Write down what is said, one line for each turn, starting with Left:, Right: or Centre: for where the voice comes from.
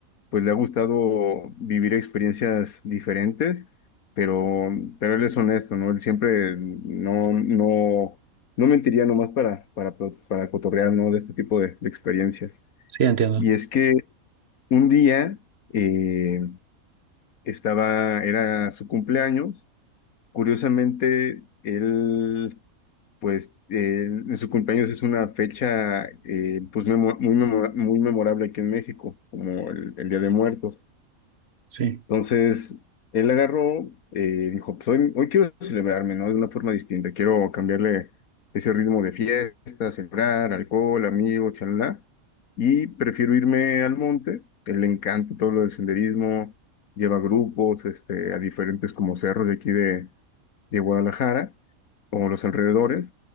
Left: pues le ha gustado vivir experiencias diferentes, pero, pero él es honesto, ¿no? Él siempre no, no, no mentiría nomás para, para, para cotorrear, ¿no? De este tipo de de experiencias.
Right: Sí, entiendo.
Left: Y es que un día eh, estaba, era su cumpleaños. Curiosamente, él, pues, eh, en su cumpleaños es una fecha, eh, pues, memo- muy, memo- muy memorable aquí en México, como el, el Día de Muertos.
Right: Sí,
Left: Entonces, él agarró, eh, dijo, pues hoy, hoy quiero celebrarme, ¿no? De una forma distinta, quiero cambiarle ese ritmo de fiesta, celebrar, alcohol, amigos, chalala, y prefiero irme al monte, que le encanta todo lo del senderismo, lleva grupos, este, a diferentes como cerros de aquí de, de Guadalajara, o los alrededores,